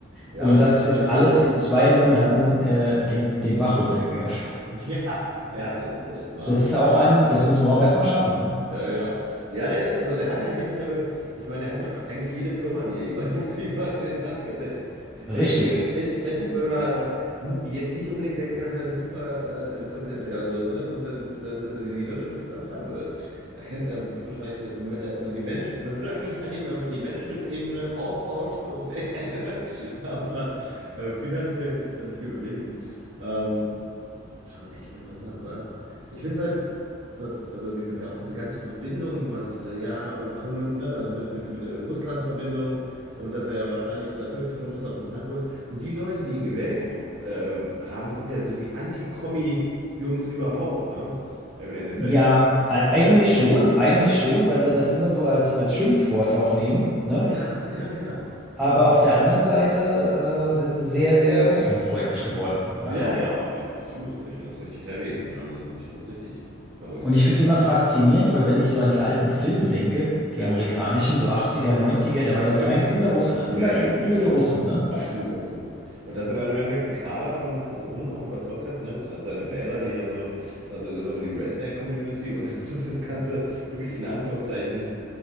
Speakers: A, on the right (about 90°); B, in the centre.
A: ja,
B: Und
A: es
B: das
A: ist
B: ist
A: wahrscheinlich
B: alles
A: auch,
B: in zwei Monaten äh, den, den Bach runtergegangen.
A: <laughs> ja, ja, das ist echt maß.
B: Das ist auch ein, das muss man auch erstmal schaffen. Ne?
A: Ja, ja. Ja, der ist, also der hat ja ein Händchen dafür. Ich meine, der hat ja auch eigentlich jede Firma, die er jemals <laughs> betrieben hat, in den Sand gesetzt.
B: Richtig.
A: <laughs> Entsprechend würde man halt auch n- jetzt nicht unbedingt denken, dass er ein super äh, Präsident wäre, also ne, dass er, dass er die Wirtschaft jetzt antreiben würde. Er kennt, er wird wahrscheinlich das, äh, also die Management, man würde eigentlich annehmen, er würde die Management-Ebene aufbauschen ohne Ende, <laughs> aber äh, finanziell wird sich da nicht viel bewegen. Ähm, Schon echt interessant, oder? Ich finde es halt, dass, also diese, auch diese ganze Verbindung, wo man sagte, ja, und Kommun, ne, also mit, mit, mit der Russland-Verbindung und dass er ja wahrscheinlich dann wirklich von Russland bezahlt wurde. Und die Leute, die ihn gewählt äh, haben, sind ja so die Anti-Kommi-Jungs überhaupt, ne? Im Endeffekt.
B: Ja, e-
A: Offiziell
B: eigentlich
A: auch.
B: schon, eigentlich
A: Ja,
B: schon, weil sie das immer so als, als Schimpfwort auch nehmen, ne?
A: ja, ja.
B: Aber auf der anderen Seite äh, sind sie sehr, sehr russlandfreundlich geworden auf einmal.
A: Ja, ja, ja, auf, absolut. Also ich finde das richtig heavy. Ähm, ich finde das richtig verrückt
B: Und
A: eigentlich.
B: ich finde es immer faszinierend, weil wenn ich so an die alten Filme denke,
A: Ja.
B: die amerikanischen, so 80er, 90er, da war der
A: Ja.
B: Feind immer Russland,
A: Ja,
B: immer,
A: ja,
B: immer
A: ja,
B: die
A: absolut.
B: Russen, ne?
A: Absolut, absolut. Und dass er dann im Endeffekt einen Kader von Personen auch überzeugt hat, ne? Als seine Wähler, die ja so, also das ist aber die Redneck-Community und <laughs> so das Ganze wirklich in Anführungszeichen